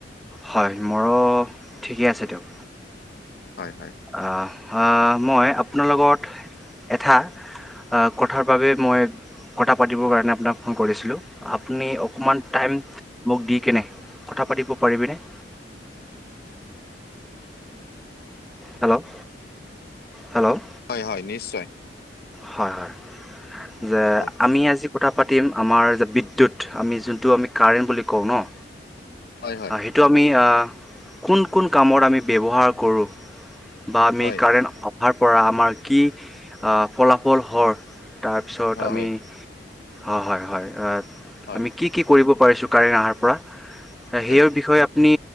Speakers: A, in the centre; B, on the left.
A: হয় মোৰো ঠিকে আছে দিয়ক।
B: হয়, হয়।
A: আহ, হ মই আপোনাৰ লগত এটা অ' কথাৰ বাবে মই কথা পাতিবৰ কাৰণে আপোনাক ফোন কৰিছিলো। আপুনি অকমান টাইম মোক দি কেনে কথা পাতিব পাৰিবিনে? হেল্ল' হেল্ল'
B: হয়, হয় নিশ্চয়।
A: হয়, হয় যে
B: হয়,
A: আমি আজি কথা পাতিম আমাৰ বিদ্যুৎ আমি যোনটো আমি কাৰেণ্ট বুলি কওঁ ন?
B: হয়, হয়,
A: সেইটো আমি কোন, কোন কামত আমি ব্যৱহাৰ কৰো? বা আমি
B: হয়,
A: কাৰেণ্ট অহাৰ পৰা আমাৰ কি ফলাফল হৰ। তাৰপিছত
B: হয়,
A: আমি হ হয়, হয়, হয় অ'
B: হয়,
A: আমি কি কি কৰিব পাৰিছো কাৰেণ্টে অহাৰ পৰা
B: নিশ্চয়।
A: সেইও বিষয়ে আপুনি